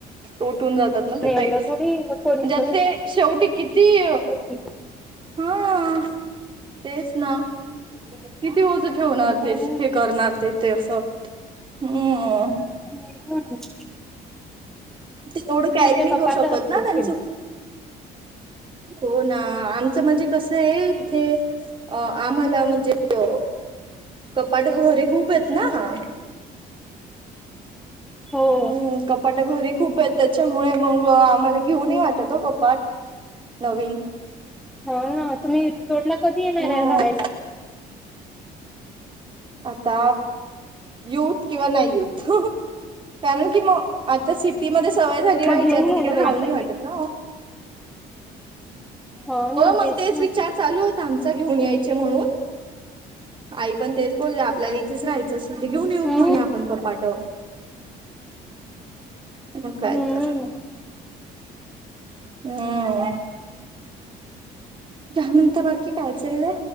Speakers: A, on the right; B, in the centre.
A: तोटून जातात ना ते
B: एवढं
A: पाईप्स.
B: थोडी कोणी
A: म्हणजे
B: स्वस्त
A: आता ते शेवटी किती ती,
B: देईल.
A: हा, तेच ना. किती ओज ठेवणार. ते
B: हम्म
A: हे करणार. ते ते असं. हम्म.
B: ह्. <unintelligible>
A: ते एवढं कॅरी
B: म्हणजे
A: नाही
B: कपाटच
A: करू शकत
B: असते
A: ना. त्यांचं.
B: शेवटी
A: हो ना. आमचं म्हणजे कसंये. इथे अ आम्हाला म्हणजे कपाट घरी खूपेत ना.
B: हो
A: हम्म कपाट घरी खूपेत. त्याच्यामुळे मग आम्हाला घेऊनही वाटत कपाट. नवीन.
B: हो ना. तुम्ही रिसोडला कधी येणारे
A: हम्म
B: या राहायला.
A: आता येवूथ किंवा नाही येवूथ. कारण की मग आता सि टी मध्ये सवय झाली राहायची.
B: मग घेऊन
A: आता
B: राहायला
A: तिकडे राहूनही
B: पाहिजे
A: वाटत
B: तिकडे.
A: ना ओ.
B: हो ना.
A: मग
B: तेच ना.
A: विचार चालू होत आमचा. घेऊन यायचे म्हणून. आई पण तेच बोलल्या आपल्याला इ थेच राहायचं असेन त घेऊन येऊत
B: हम्म
A: म्हणे आपण कपाट. मग कायतर.
B: हम्म.
A: हम्म. का म्हणता बाकी. काय चाललंय?